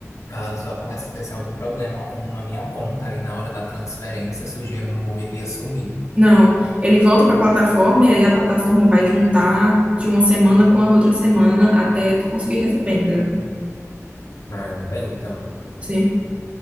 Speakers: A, on the left (about 65°); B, on the right (about 25°).
A: caso acontecesse algum problema com a minha conta aí na hora da transferência, se o dinheiro não iria sumir.
B: Não, ele volta para a plataforma e aí a plataforma vai juntar de uma semana com a outra semana até tu conseguir receber, entendeu?
A: Ah, ainda bem, então.
B: Sim.